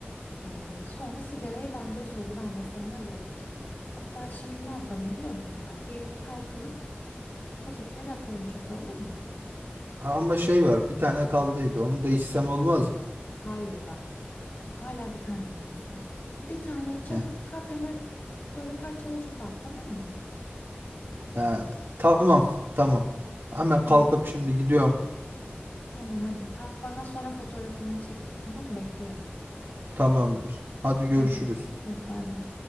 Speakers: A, on the left; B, on the right.
A: E, sonra sigarayı ben de sözü ben de seninle bırakacağım. Hatta şimdi ne yapalım biliyor musun? Bak birlikte kalkalım paketleri atalım çöpe olur mu?
B: Ama şey var, bir tane kaldıydı. Onu da içsem olmaz mı?
A: Hayır bak hala bir tane diyorsun. Bir taneyi çabuk
B: Heh,
A: kalk hemen böyle parçala çöpe at tamam mı?
B: Yani tamam, tamam. Hemen
A: Hadi
B: kalkıp şimdi gidiyorum.
A: Tamam hadi kalk bana sonra fotoğrafını çek at tamam mı? Bekliyorum.
B: Tamamdır. Hadi görüşürüz.
A: Hadi hadi bay bay.